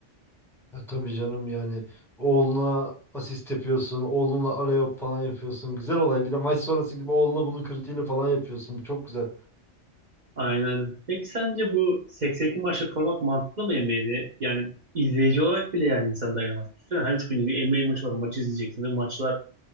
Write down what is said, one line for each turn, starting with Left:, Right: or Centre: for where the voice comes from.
Centre: Ya tabii canım yani oğluna asist yapıyorsun, oğlunla alley-oop falan yapıyorsun. Güzel olay. Bir de maç sonrası gibi oğluna bunun kritiğini falan yapıyorsun. Bu çok güzel.
Right: Aynen. öyle. Peki sence bu 82 maçlık format mantıklı mı NBA'de? Yani izleyici olarak bile yani insan dayanamaz. Düşünsene her üç günde bir NBA maçı var. Maçı izleyeceksin ve maçlar